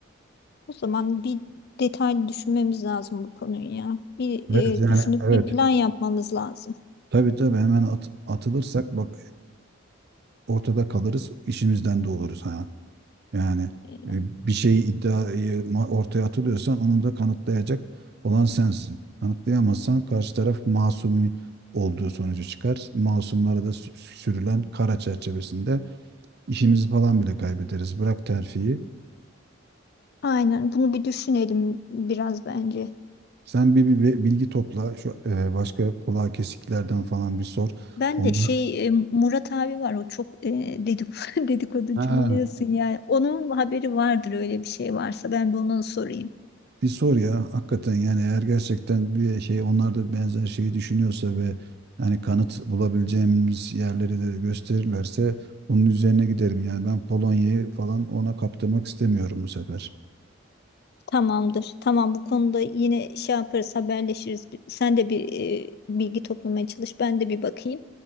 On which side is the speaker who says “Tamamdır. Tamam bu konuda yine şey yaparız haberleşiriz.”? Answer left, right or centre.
Left